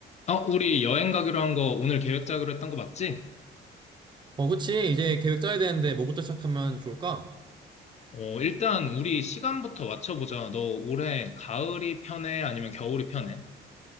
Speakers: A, on the left (about 35°); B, on the right (about 25°).
A: 어, 우리 여행 가기로 한 거 오늘 계획 짜기로 했던 거 맞지?
B: 어, 그치. 이제 계획 짜야 되는데 뭐부터 시작하면 좋을까?
A: 어, 일단 우리 시간부터 맞춰보자. 너 올해 가을이 편해? 아니면 겨울이 편해?